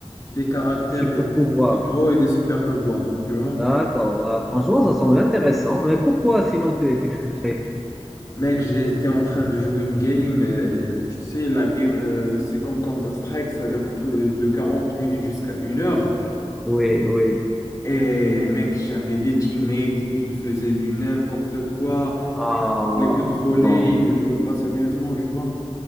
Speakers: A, on the left; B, in the centre.
A: des caractères,
B: super
A: des
B: pouvoir.
A: héros et des super pouvoirs, tu vois?
B: D'accord. Bah, franchement, ça semble intéressant. Mais pourquoi sinon tu étais frustré?
A: Mec, j'étais en train de jouer une game. euh, et tu sais, la game, euh, c'est comme Counter-Strike, ça dure peu- de 40 minutes jusqu'à une heure.
B: Oui, oui.
A: Et mec, j'avais des teammates, ils faisaient du n'importe quoi,
B: Ah,
A: ils voulaient que troller,
B: non.
A: ils ne jouaient pas sérieusement, tu vois.